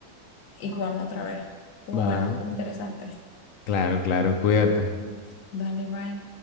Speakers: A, on the left; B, on the left.
A: y jugamos otra vez. Estuvo
B: Vale.
A: bueno, fue interesante.
B: Claro, claro.
A: <laughs>
B: Cuídate.
A: Dale, bye.